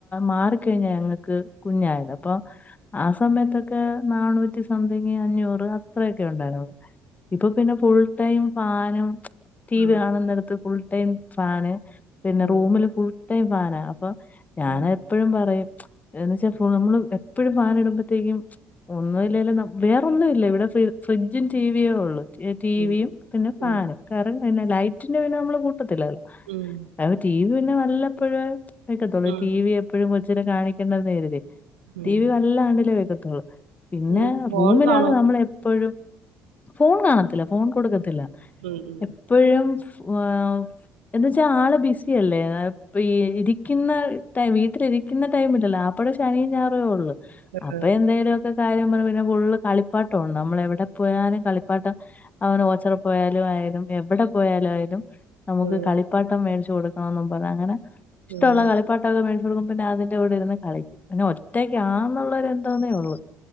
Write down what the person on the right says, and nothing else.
ആ
ആ
ആ
ഉം
ഉം
ഉം
ഉം
ഉം
ഈ ഫോൺ
കാണോ
ഉം ഉം
അതെ,
അതെ.
ഉം ഉം
ഉം